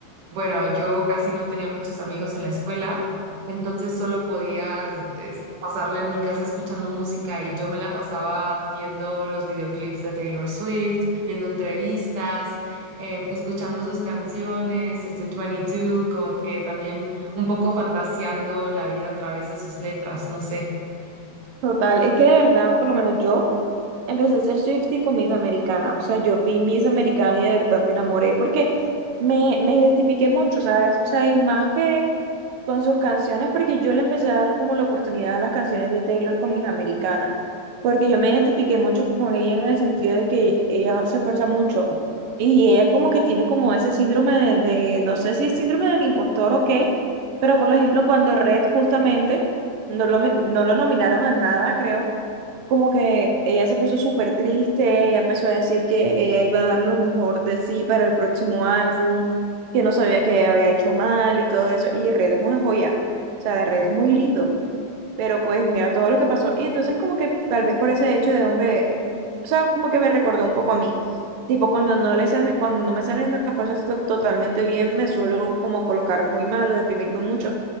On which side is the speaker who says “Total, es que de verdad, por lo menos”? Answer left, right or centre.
Right